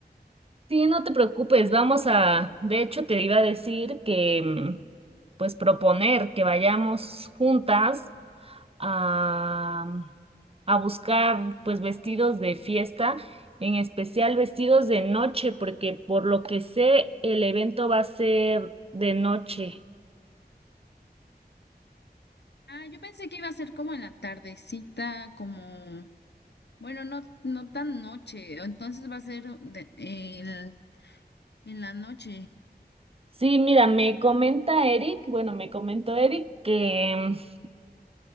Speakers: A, on the right; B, on the left.
A: Sí, no te preocupes, vamos a, de hecho te iba a decir que, mm, pues proponer que vayamos juntas a, a buscar pues vestidos de fiesta, en especial vestidos de noche, porque por lo que sé el evento va a ser de noche.
B: Ah, yo pensé que iba a ser como en la tardecita, como, bueno, no, no tan noche, entonces va a ser de- el- en la noche.
A: Sí, mira, me comenta Eric, bueno, me comentó Eric que mm,